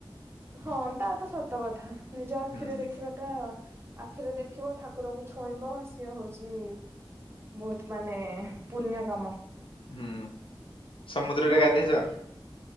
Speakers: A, on the right; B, on the left.
A: ହଁ ତା ତ ସତ କଥା ନିଜ ଆଖିରେ
B: ହୁଁ
A: ଦେଖିଵ ଟା ଆଖିରେ ଦେଖିବ ଠାକୁରଙ୍କୁ ଛୁଇଁବ ସିଏ ହଉଚି ବହୁତ ମାନେ ପୁଣ୍ୟ କାମ।
B: ହୁଁ ସମୁଦ୍ରରେ
A: ଭଲ।
B: ଗାଧେଇଚ?